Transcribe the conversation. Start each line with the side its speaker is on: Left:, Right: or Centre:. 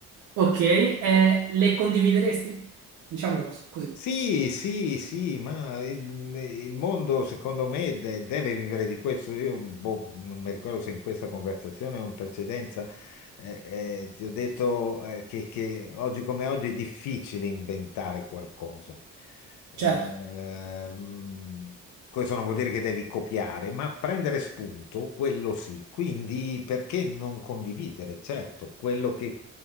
Right: ok, eh, le condivideresti? Diciamo questo, così.
Left: Sì, sì, sì, ma il, il mondo secondo me de- deve vivere di questo. Io boh, non mi ricordo se in questa conversazione o in precedenza eh, eh, ti ho detto eh, che, che oggi come oggi è difficile inventare qualcosa. Ehm,
Right: Certo,
Left: questo non vuol dire che devi copiare, ma prendere spunto, quello sì. Quindi perché non condividere? Certo, quello